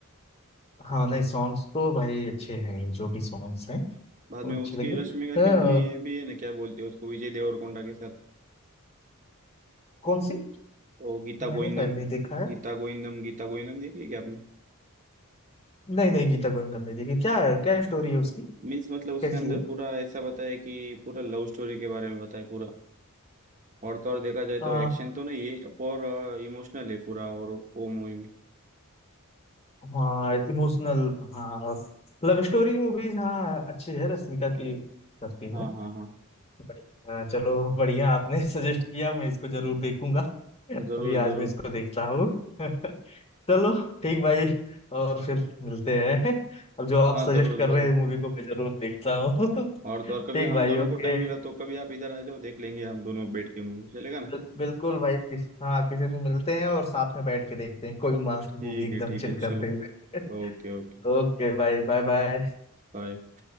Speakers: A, on the left; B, on the right.
A: हाँ नहीं सॉन्ग्स तो भाई अच्छे हैं ही, जो भी सॉन्ग्स हैं
B: बाद
A: वो
B: में
A: अच्छे
B: उसकी
A: लगे अ,
B: रश्मिका की मूवी ये भी है ना क्या बोलते हैं उसको विजय देवरकोंडा के साथ
A: कौन सी
B: ओ गीता
A: मैंने
B: गोविंदम
A: शायद नहीं देखा है
B: गीता गोविंदम गीता गोविंदम देखी है क्या आपने
A: नहीं नहीं गीता गोविंदम नहीं देखी क्या क्या स्टोरी है उसकी
B: मीन्स मतलब उसके
A: कैसी
B: अंदर
A: है
B: पूरा ऐसा बताया कि पूरा लव स्टोरी के बारे में बताया पूरा और तो और देखा जाए
A: आ,
B: तो एक्शन तो नहीं है और इमोशनल है पूरा और वो मूवी में
A: हाँ इमोशनल हाँ लव स्टोरी मूवीज हाँ अच्छी है रश्मिका की करती है
B: हाँ हाँ हाँ
A: बढ़िया चलो बढ़िया आपने <laughs> सजेस्ट किया मैं इसको जरूर देखूंगा
B: जरूर
A: अभी आज
B: जरूर
A: मैं इसको देख रहा हूँ <laughs> चलो ठीक भाई और फिर मिलते हैं अब जो आप
B: हाँ
A: सजेस्ट
B: जरूर
A: कर
B: जरूर
A: रहे हैं मूवी को मैं जरूर देखता हूँ <laughs>
B: और तो और
A: ठीक
B: कभी हम
A: भाई
B: दोनों
A: ओके
B: को टाइम मिला तो कभी आप इधर आ जाओ देख लेंगे हम दोनों बैठ के मूवी चलेगा ना
A: बिल, बिल्कुल भाई किस, हाँ किसी दिन मिलते हैं और साथ में बैठ के देखते हैं कोई मस्त
B: ठीक
A: मूवी एकदम
B: है ठीक
A: चिल
B: है चलो
A: करते हुए <laughs>
B: Okay okay
A: ओके भाई बाय बाय
B: बाय